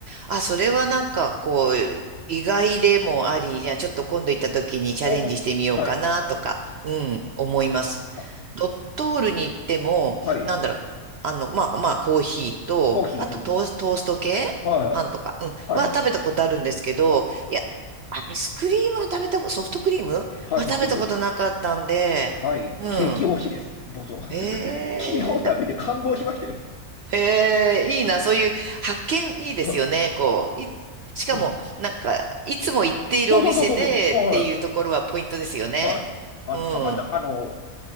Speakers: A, on the right; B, on the left.
A: あ、それはなんかこう、意外でもあり、じゃあちょっと今度行った時にチャレンジしてみようかなとか、
B: おも、はい。
A: うん、思います。
B: はい。
A: ドットールに行っても、
B: はい
A: なんだろう、あの、まあ、まあ、コーヒーと、
B: コーヒー、
A: あとトース、
B: うん。
A: トースト系パンとか、
B: はい、
A: うん、は食べたことあるんですけど、
B: はい、はい、
A: いや、アイスクリームは食べたこと、ソフトクリームは食べたことなかったんで、
B: はい、ソフトクリーム。はい、
A: うん。
B: 激推しです。僕、<laughs> 昨
A: ええ
B: 日食べて感動しましたよ。
A: へえ、いいな、
B: <laughs>
A: そういう発見いいですよね、
B: は
A: こう。い、しかも、
B: い、
A: なんか、いつも行っているお店でっていうところはポイントですよね。
B: そうそうそうそうそう、はい、はい。あの、
A: うん、
B: たまた、
A: うん、
B: あの、